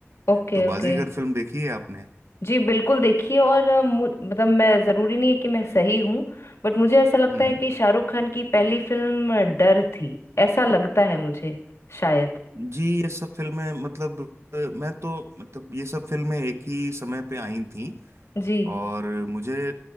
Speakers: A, on the left; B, on the right.
A: ओके
B: तो बाजीगर
A: ओके
B: फिल्म देखी है आपने
A: जी बिल्कुल देखिए और अ, मु- मतलब मैं ज़रूरी नहीं है कि मैं सही हूँ बट मुझे ऐसा लगता
B: हम्म
A: है
B: हम्म।
A: कि शाहरुख खान की पहली फिल्म डर थी ऐसा लगता है मुझे शायद
B: जी ये सब फिल्में मतलब अ, मैं तो मतलब ये सब फिल्में एक ही समय पे आई थीं
A: जी
B: और मुझे